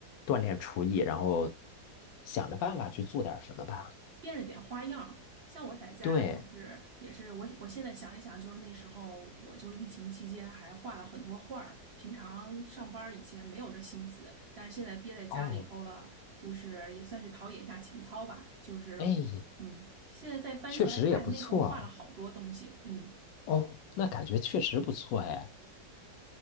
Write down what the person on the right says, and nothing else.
变着点花样儿。像我在家就是也是我我现在想一想，
就是那时候我就是疫情期间还画了很多画儿，平常上班儿以前没有这心思，但是现在憋在家里头了，
就是也算是陶冶一下情操吧。就是
嗯，现在再翻出来看，
那时候画了好多东西，嗯，